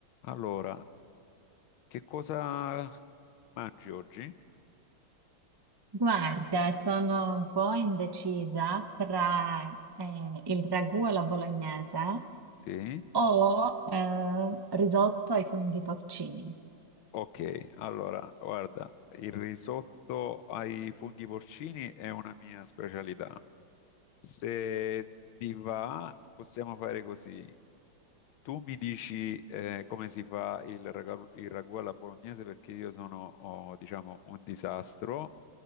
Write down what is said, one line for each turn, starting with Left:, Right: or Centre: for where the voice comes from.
Left: Allora, che cosa mangi oggi?
Right: Guarda, sono un po' indecisa tra eh, il ragù alla bolognese
Left: Sì,
Right: o eh, risotto ai funghi porcini.
Left: Ok, allora, guarda, il risotto ai funghi porcini è una mia specialità. Se ti va, possiamo fare così. Tu mi dici eh, come si fa il raga- il ragù alla bolognese perché io sono, oh, diciamo, un disastro